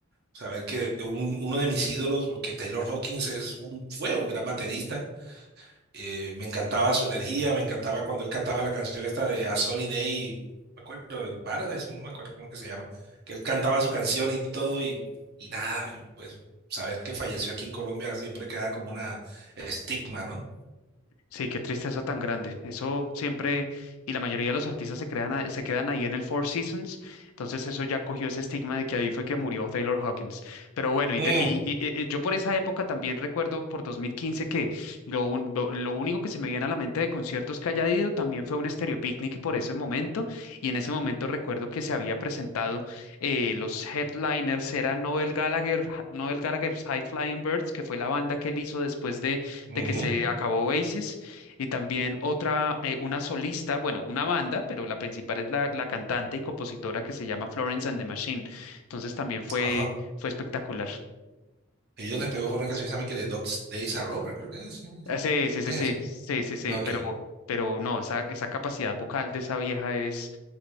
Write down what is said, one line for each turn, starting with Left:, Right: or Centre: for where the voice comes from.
Right: Saber que un- uno de mis ídolos, porque Taylor Hawkins es un, fue un gran baterista, eh, me encantaba su energía, me encantaba cuando él cantaba la canción esta de A Sunny Day, no me acuerdo, en Paradise, no me acuerdo cómo que se llama, que él cantaba su canción y todo, y, y nada, y pues saber que falleció aquí en Colombia siempre queda como una estigma, ¿no?
Left: Sí, qué tristeza tan grande. Eso siempre, y la mayoría de los artistas se crean a- se quedan ahí en el Four Seasons, entonces eso ya cogió ese estigma de que ahí fue que murió Taylor Hawkins. Pero bueno, y,
Right: Mm,
Left: de- y- y- y- y yo por esa época también recuerdo por 2015 que lo, un- lo, lo único que se me viene a la mente de conciertos que haya ido también fue un Stereo Picnic por ese momento, y en ese momento recuerdo que se había presentado, eh, los headliners eran Noel Gallagher, Noel Gallagher's High Flying Birds, que fue la banda que él hizo después de
Right: ujú,
Left: de que se acabó Oasis y también otra, eh, una solista, bueno, una banda, pero la principal es la, la cantante y compositora que se llama Florence and the Machine. Entonces también fue,
Right: ajá.
Left: fue espectacular.
Right: Ellos les pegó fue una canción que se llama que The Dog's Days Are Over, creo que es. ¿Sí?
Left: Ah, Sí, sí, sí,
Right: Es.
Left: sí, sí, sí, sí,
Right: Ok.
Left: pero, pero no, esa, esa capacidad vocal de esa vieja es,